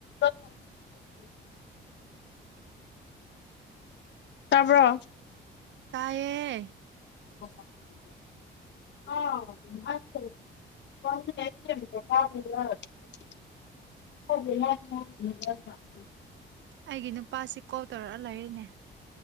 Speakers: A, on the left (about 65°); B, on the right (about 65°).
A: ꯑꯣꯝ ꯇꯥꯕ꯭ꯔꯣ
B: ꯇꯌꯦ
A: ꯑ
B: ꯑꯩꯒꯤ ꯅꯨꯄꯥꯁꯤ ꯀꯣꯜ ꯇꯧꯔꯛꯑ ꯂꯩꯔꯤꯅꯦ